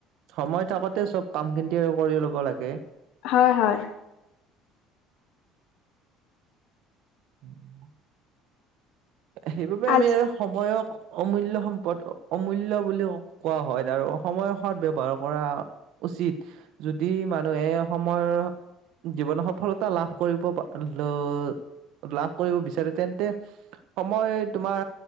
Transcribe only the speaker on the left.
হয়, হয়।
আজ